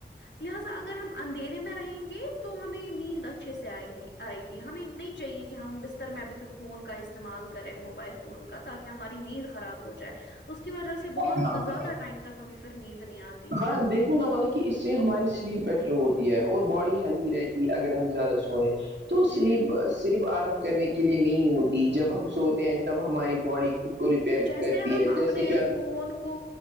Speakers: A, on the left (about 75°); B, on the right (about 70°).
A: لہذا اگر ہم اندھیرے میں رہیں گے تو ہمیں نیند اچھے سے آئیں گی آئے گی ہمیں نہیں چاہیے کہ ہم بستر میں ابھی پھر فون کا استعمال کریں موبائل فون کا تاکہ ہماری نیند خراب ہوجائے اس کی وجہ سے بہت
B: ہاں
A: زیادہ
B: ہاں
A: ٹائم تک ہمیں پھر نیند نہیں آتی ہے
B: ہاں دیکھو نہ ملک کہ اس سے ہماری سلیپ بیٹر ہوتی ہے اور باڈی ہیلتھی رہتی ہے اگر ہم زیادہ سوئیں تو
A: جی
B: سلیپ صرف آرام کرنے کے لیے نہیں ہوتی جب ہم سوتے ہیں تب ہماری باڈی خود کو ریپیئر
A: جیسے
B: کرتی
A: ہم
B: ہے جیسے
A: اپنے
B: کے آ
A: فون کو